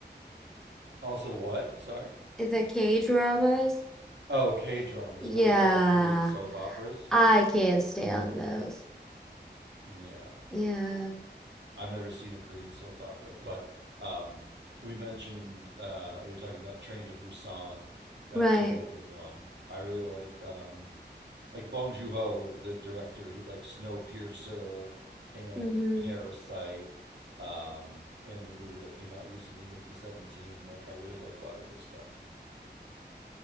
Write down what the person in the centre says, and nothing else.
The K dramas,
yeah,
I can't stand those.
Yeah,
right.
Mm-hmm.